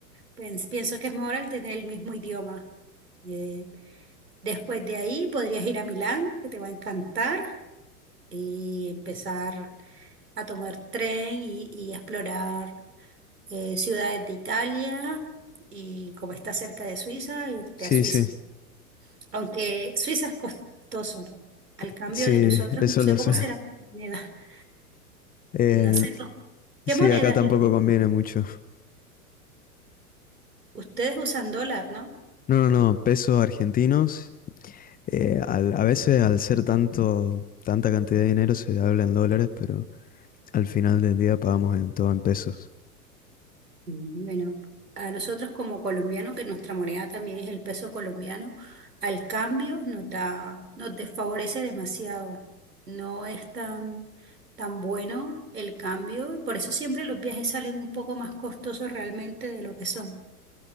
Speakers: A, on the right (about 75°); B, on the left (about 20°).
A: Pens- pienso que es mejor al tener el mismo idioma. Eh, después de ahí podrías ir a Milán, que te va a encantar, y empezar a tomar tren y, y explorar eh, ciudades de Italia y como está cerca de Suiza, irte
B: Sí,
A: a Suiza.
B: sí,
A: Aunque Suiza es costoso, ¿no? Al
B: <laughs>
A: cambio
B: sí,
A: de nosotros,
B: eso
A: no sé
B: lo
A: cómo
B: sé.
A: será la moneda. <laughs>
B: Eh,
A: No sé cómo- ¿Qué
B: sí,
A: moneda
B: acá
A: es
B: tampoco
A: la?
B: conviene mucho.
A: Ustedes usan dólar, ¿no?
B: No, no, no, pesos argentinos Eh, al- a veces al ser tanto, tanta cantidad de dinero se habla en dólares, pero al final del día pagamos en todo en pesos.
A: Mm, Bueno, a nosotros como colombianos, que nuestra moneda también es el peso colombiano, al cambio nos da, nos desfavorece demasiado. No es tan, tan bueno el cambio y por eso siempre los viajes salen un poco más costosos realmente de lo que son